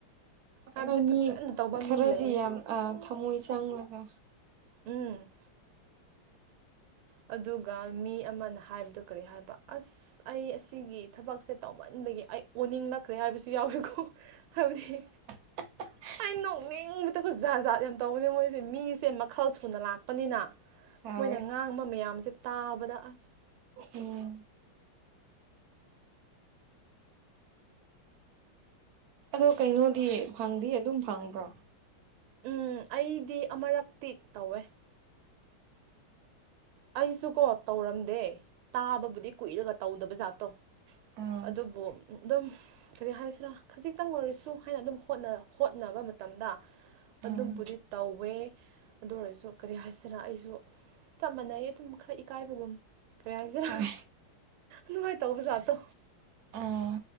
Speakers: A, on the right; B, on the right.
A: ꯍꯥꯏꯕꯗꯤ
B: ꯑꯗꯣ ꯃꯤ
A: ꯐꯖꯅ ꯇꯧꯕ
B: ꯈꯔꯗꯤ
A: ꯃꯤ ꯂꯩꯌꯦ
B: ꯌꯥꯝ ꯑ ꯊꯃꯣꯏ ꯆꯪꯉꯒ
A: ꯎꯝ ꯑꯗꯨꯒ ꯃꯤ ꯑꯃꯅ ꯍꯥꯏꯕꯗꯣ ꯀꯔꯤ ꯍꯥꯏꯕ ꯑꯁ ꯑꯩ ꯑꯁꯤꯒꯤ ꯊꯕꯛꯁꯦ ꯇꯧꯃꯟ ꯕꯒꯤ ꯑꯩ ꯑꯣꯅꯤꯡꯂꯛꯈ꯭ꯔꯦ ꯍꯥꯏꯕꯁꯨ ꯌꯥꯎꯋꯤꯀꯣ ꯍꯥꯏꯕꯗꯤ
B: <unintelligible>
A: ꯑꯩ ꯅꯣꯛꯅꯤꯡꯒꯗꯕ ꯖꯥꯠ ꯖꯥꯠ ꯌꯥꯝ ꯇꯧꯕꯅꯤ ꯃꯣꯏꯁꯦ ꯃꯤꯁꯦ ꯃꯈꯜ ꯁꯨꯅ ꯂꯥꯛꯄꯅꯤꯅ
B: ꯍꯣꯏ
A: ꯃꯣꯏꯅ ꯉꯥꯡꯕ ꯃꯌꯥꯝꯁꯦ ꯇꯥꯕꯗ ꯑꯁ
B: ꯎꯝ ꯑꯗꯣ ꯀꯩꯅꯣꯗꯤ ꯐꯪꯗꯤ ꯑꯗꯨꯝ ꯐꯪꯕ꯭ꯔꯣ
A: ꯎꯝ ꯑꯩꯗꯤ ꯑꯃꯨꯔꯛꯇꯤ ꯇꯧꯋꯦ ꯑꯩꯁꯨ ꯀꯣ ꯇꯧꯔꯝꯗꯦ ꯇꯥꯕꯕꯨꯗꯤ ꯀꯨꯏꯔꯒ ꯇꯧꯗꯕꯖꯥꯠꯇꯣ
B: ꯎꯝ
A: ꯑꯗꯨꯕꯨ ꯑꯗꯨꯝ ꯀꯔꯤ ꯍꯥꯏꯁꯤꯔꯥ ꯈꯖꯤꯛꯇꯪ ꯑꯣꯏꯔꯁꯨ ꯍꯥꯏꯅ ꯑꯗꯨꯝ ꯍꯣꯠ ꯍꯣꯠꯅꯕ ꯃꯇꯝꯗ
B: ꯎꯝ
A: ꯑꯗꯨꯝꯕꯨꯗꯤ ꯇꯧꯋꯦ ꯑꯗꯨ ꯑꯣꯏꯔꯁꯨ ꯀꯔꯤ ꯍꯥꯏꯁꯤꯅ ꯑꯩꯁꯨ ꯆꯞ ꯃꯥꯟꯅꯩꯌꯦ ꯑꯗꯨꯝ ꯈꯔ ꯏꯀꯥꯏꯕꯒꯨꯝ ꯀꯔꯤ ꯍꯥꯏꯁꯤꯔꯥ
B: ꯍꯣꯏ
A: ꯅꯨꯡꯉꯥꯏ ꯇꯧꯕ ꯖꯥꯠꯇꯣ
B: ꯎꯝ